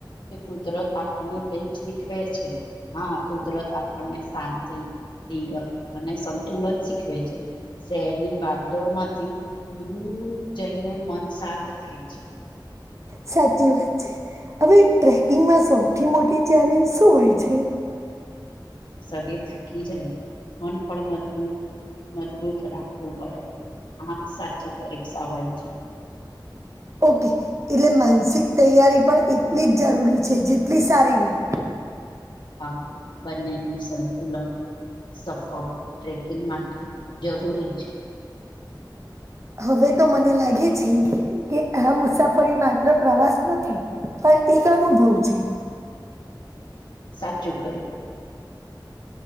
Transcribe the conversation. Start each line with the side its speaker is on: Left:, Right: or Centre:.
Left: કે કુદરત આપણને કઈક શીખ ખવે છે હા કુદરત આપણને શાંતિ ધીરજ અને સંતુલન શીખવે છે શહેરની ભાગદોડ માંથી દૂર જઈને મન શાંત થાય છે
Right: સાચી વાત છે હવે ટ્રેકિંગમાં સૌથી મોટી ચેલેન્જ શું હોય છે?
Left: શરીર થાકી જાય મન પણ મજબૂ મજબૂત રાખવું પડે આ સાચી પરીક્ષા હોય છે <inaudible>
Right: ઓકે એટલે માનસિક તૈયારી પણ એટલી જ જરૂરી છે જેટલી સારી હોય
Left: હા બંનેનું સંતુલન સફળ ટ્રેકિંગ માટે જરૂરી છે
Right: હવે તો મને લાગે છે કે આ મુસાફરી માત્ર પ્રવાસ નથી પણ એક અનુભવ છે
Left: સાચું કહ્યું